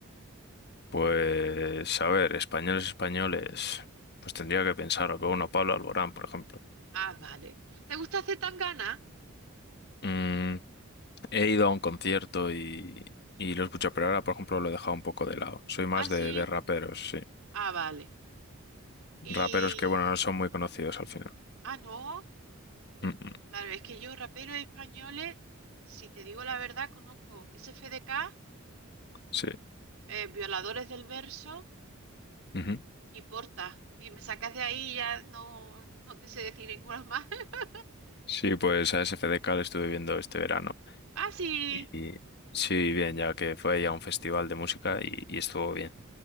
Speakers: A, on the left; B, on the right.
A: Pues, a ver, españoles, españoles. Pues tendría que pensar, que uno, Pablo Alborán, por ejemplo.
B: Ah, vale. ¿Te gusta Zetangana?
A: Mm, he ido a un concierto y, y lo he escuchado, pero ahora, por ejemplo, lo he dejado un poco de lado. Soy más
B: Ah, sí.
A: de, de raperos, sí.
B: Ah, vale. Y...
A: Raperos que, bueno, no son muy conocidos al final.
B: Ah, no.
A: Mm, mm,
B: Claro, es que yo raperos españoles, si te digo la verdad, conozco SFDK,
A: Sí.
B: eh, Violadores del Verso
A: Ujú.
B: y Porta. Y me sacas de ahí y ya no, no te sé decir ninguna más. <laughs>
A: Sí, pues a SFDK lo estuve viendo este verano.
B: Ah, sí.
A: Y sí, bien, ya que fue ya un festival de música y, y estuvo bien.